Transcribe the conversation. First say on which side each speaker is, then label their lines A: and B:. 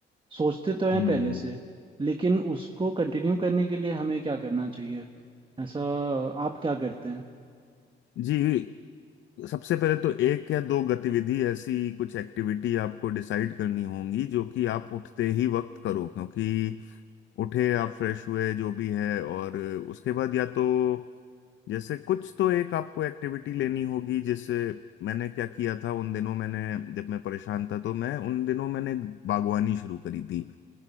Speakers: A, on the right (about 25°); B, on the left (about 70°).
A: सोचते तो हैं
B: हम्म
A: पहले से लेकिन उसको कंटिन्यू करने के लिए हमें क्या करना चाहिए ऐसा आप क्या करते हैं
B: जी सबसे पहले तो एक या दो गतिविधि ऐसी कुछ एक्टिविटी आपको डिसाइड करनी होंगी जो कि आप उठते ही वक्त करो क्योंकि उठे आप फ्रेश हुए जो भी है और उसके बाद या तो जैसे कुछ तो एक आपको एक्टिविटी लेनी होगी जैसे मैंने क्या किया था उन दिनों मैंने जब मैं परेशान था तो मैं उन दिनों मैंने बागवानी शुरू करी थी